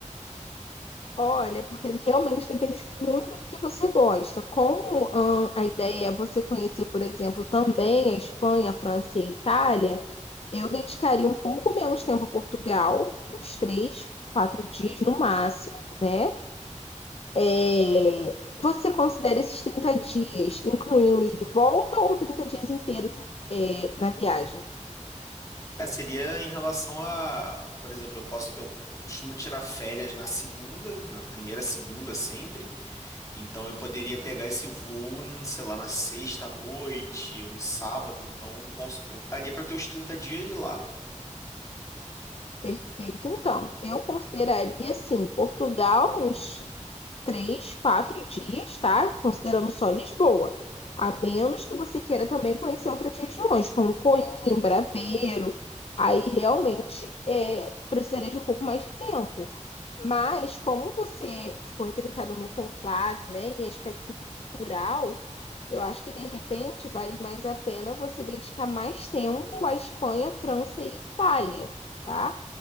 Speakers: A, on the left; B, on the left.
A: Olha, porque realmente depende muito do que você gosta. Como hum, a ideia é você conhecer, por exemplo, também a Espanha, a França e a Itália, eu dedicaria um pouco menos tempo a Portugal, uns três, quatro dias no máximo, né? É, Você considera esses 30 dias, incluindo ida e volta, ou 30 dias inteiros na viagem?
B: É, seria em relação a, por exemplo, eu posso, eu costumo tirar férias na segunda, na primeira segunda sempre. Então eu poderia pegar esse voo, hum, sei lá, na sexta à noite ou no sábado. Então cons- eu estaria para ter os 30 dias lá.
A: Perfeito. Então, eu consideraria, assim, Portugal uns três, quatro dias, tá? Considerando só Lisboa. A menos que você queira também conhecer outras regiões, como Coimbra, Aveiro. Aí realmente é, precisaria de um pouco mais de tempo. Mas, como você ficou interessado no conclave, né, em aspecto cultural, Eu acho que de repente vale mais a pena você dedicar mais tempo à Espanha, França e Itália, tá?